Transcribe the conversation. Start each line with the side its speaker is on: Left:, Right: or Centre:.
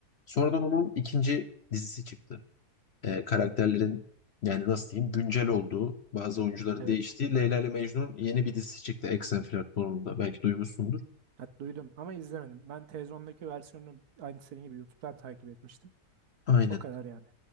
Left: Sonradan onun ikinci dizisi çıktı. Ee, karakterlerin yani nasıl diyeyim güncel olduğu bazı oyuncuların
Right: Evet.
Left: değiştiği Leyla ile Mecnun yeni bir dizisi çıktı Eksen platformunda belki duymuşsundur.
Right: Ha, duydum ama izlemedim. Ben televizyondaki versiyonunu aynı senin gibi YouTube'dan takip etmiştim.
Left: Aynen.
Right: O kadar yani.